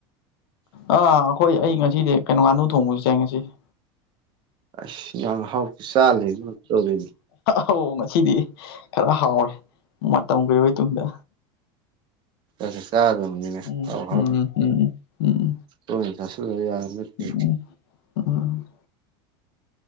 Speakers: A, on the left (about 85°); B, on the right (about 40°).
A: ꯑꯥ ꯑꯩꯈꯣꯏ ꯑꯩ ꯉꯁꯤ ꯁꯤꯗꯤ ꯀꯩꯅꯣ ꯉꯥꯅꯨ ꯊꯣꯡꯕꯁꯨ ꯆꯪꯉꯦ ꯁꯤꯁꯦ
B: ꯑꯁ ꯉ ꯍꯥꯎꯇ ꯆꯥꯂ ꯇꯧꯔꯤꯅꯦ
A: ꯍ ꯉꯁꯤꯗꯤ ꯈꯔ ꯍꯥꯎꯔꯦ ꯃꯇꯝ ꯀꯨꯏꯔꯕꯒꯤ ꯇꯨꯡꯗ
B: ꯁ ꯆꯥ ꯑꯗꯨ
A: ꯎꯝ
B: ꯍꯥꯎ
A: ꯎꯝ ꯎꯝ ꯎꯝ
B: ꯍꯥꯎ ꯆꯁꯨ ꯌꯥꯕ ꯅꯠꯇꯦ
A: ꯎꯝ ꯎꯝ